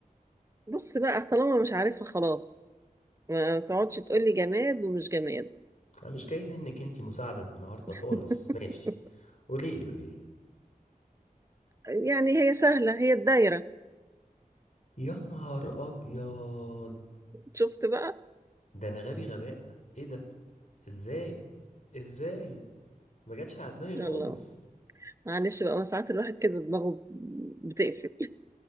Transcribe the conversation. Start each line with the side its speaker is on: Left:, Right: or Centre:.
Right: بص بقى طالما مش عارفها خلاص ما تقعدش تقولي جماد ومش جماد
Left: انا مش جاي منك انتي مساعدة النهاردة خالص
Right: <laughs>
Left: ماشي قوليلي قوليلي
Right: يعني هي سهلة هي الدايرة
Left: يا نهار ابيض
Right: شفت بقى؟
Left: ده انا غبي غباء ايه ده ازاي ازاي ما جاتش على
Right: <laughs>
Left: دماغي
Right: يلا
Left: خالص
Right: معلش بقى ما ساعات الواحد كده دماغه بتقفل